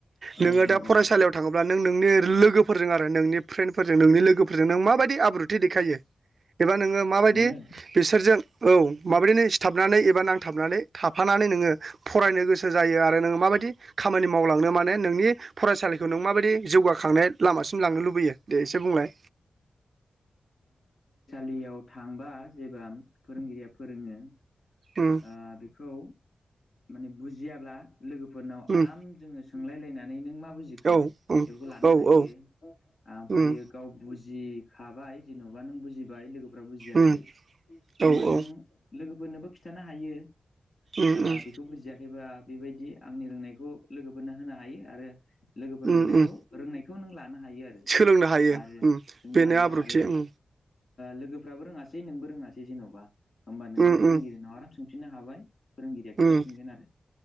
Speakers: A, on the left (about 60°); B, on the right (about 60°).
A: औ
B: नोङो दा
A: औ
B: फरायसालियाव
A: आदा
B: थाङोब्ला नों नोंनि लोगोफोरजों आरो नोंनि फ्रेन्डफोरजों नोंनि लोगोफोरजों नों माबायदि आब्रुथि देखायो एबा नोङो माबायदि
A: आङो
B: बिसोरजों औ माब्रैनो सिथाबनानै एबा नांथाबनानै थाफानानै नोङो फरायनो गोसो जायो आरो नोङो माबायदि खामानि मावलांनो माने नोंनि फरायसालिखौ नों माबायदि जौगाखां खांनाय लामासिम लांनो लुबैयो दे एसे बुंलाय
A: दैयाव थांबा जेबा फोरोंगिरिया फोरोङो ओ
B: उम
A: बेखौ माने बुजियाब्ला लोगोफोरनाव
B: उम
A: आराम जोङो सोंलाय लायनानै नों मा बुजिखो
B: औ उम
A: लानै
B: औ
A: हायो
B: औ
A: आमफायो
B: उम
A: गाव बुजियिखौ हाबाय जेनबा नों बुजिबाय लोगोफोरा बुजियाखै
B: उम
A: होमबा
B: औ औ
A: नों लोगोफोरनोबो खिथानो हायो ओ
B: उम उम
A: बेखौ बुजियाखैबा बेबायदि आंनि रोंनायखौ लोगोफोरनो होनो हायो आरो लोगोफोर
B: उम
A: रोंनायखौ
B: उम
A: नायखौ नों लानो हायो
B: सोलोंनो हायो
A: आरो
B: उम
A: सोंनो
B: बेनो
A: हायो
B: आब्रुथि
A: आरो
B: उम
A: लोगोफ्राबो रोङासै नोंबो रोङासै जेन'बा होमबा नोङो
B: उम
A: फोरोंगिरिनाव
B: उम
A: आराम सोंफिननो हाबाय। फोरोंगिरिया खिन्थाफिनगोन
B: उम
A: आरो